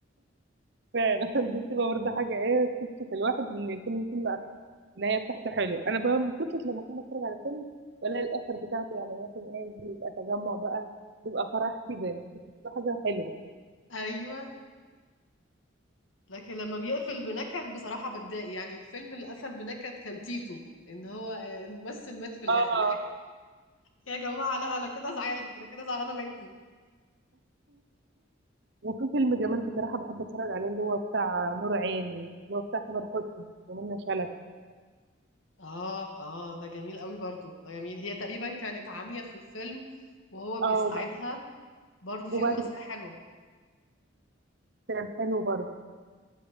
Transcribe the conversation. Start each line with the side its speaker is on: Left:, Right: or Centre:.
Right: فعلا <laughs> دي بتبقى برضه حاجه ايه تبسط الواحد ان يكون فيلم أك- النهايه بتاعته حلو انا بقى ما كنتش لما كنت بتفرج على فيلم ولا الاخر بتاعته يعني مثلا ايه بيبقى تجمع بقى بيبقى فرح كده يعني بتبقى حاجه حلوه
Left: أيوة لكن لما بيقفل بنكد بصراحة بتضايق يعني الفيلم اللي قفل بنكد كان تيتو إن هو آه، الممثل مات في الآخر
Right: اه
Left: يا جماعة لا أنا كده زعلت أنا كده زعلانة منكم
Right: وفي فيلم جمال بصراحة بحب اتفرج عليه اللي هو بتاع نور عيني اللي هو بتاع تامر حسني ومنى شلبي
Left: آه آه ده جميل قوي برضو ده جميل هي تقريبا كانت عامية في الفيلم وهو بيساعدها
Right: اه وبعد
Left: برضو
Right: وبعد
Left: في رومانسية
Right: كده
Left: حلوة
Right: كان حلو برضه